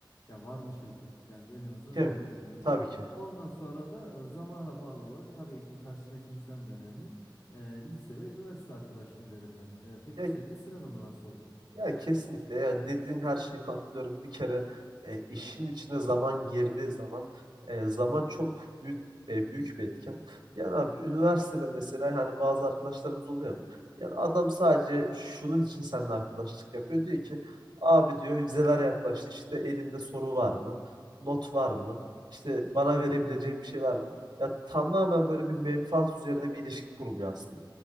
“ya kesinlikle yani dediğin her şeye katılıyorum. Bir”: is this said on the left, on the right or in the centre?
Right